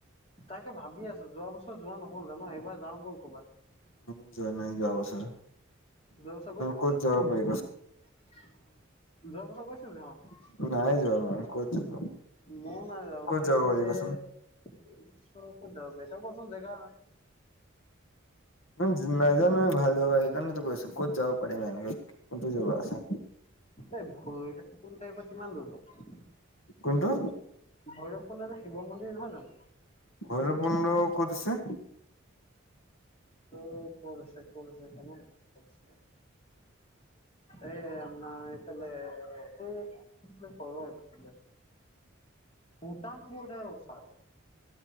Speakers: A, on the left; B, on the left.
A: তাকে ভাবি আছোঁ যোৱা বছৰ যোৱা নহ'ল জান, এইবাৰ যাওঁ বল ক'ৰবাত।
B: মইয়ো যোৱা নাই যোৱা বছৰ।
A: যোৱা বছৰ গৈছোঁ,
B: ক'ত যাব পাৰি
A: যোৱা বছৰ গৈছোঁ নহয়।
B: কচোন নাই যোৱা মই ক'ত যাব
A: মইয়ো নাই যোৱা
B: ক'ত
A: অভিশেকে
B: যাব পাৰি
A: কৈছে।
B: কচোন
A: এই বছৰ ক'ত যাব পাৰি, তই কচোন জেগা
B: উম, নেজানোয়ে ভাল জেগা সেইকাৰণেতো কৈ আছো, ক'ত যাব পাৰিম এনেকে কোনতো জেগা আছে।
A: এই ভৈৰৱকোন্দ ইয়াৰ পৰা কিমান দূৰ হয়।
B: কোনটো?
A: ভৈৰৱকোন্দ এটা শিৱ মন্দিৰ নহয় জানোঁ?
B: ভৈৰৱকোন্দ ক'ত আছে?
A: অহ, ক'ত আছে, ক'ত আছে, কেনে ক'ত আছে। এই না এইফালে এইটো। <unintelligible> ভূটান বৰ্ডাৰ ওচৰত।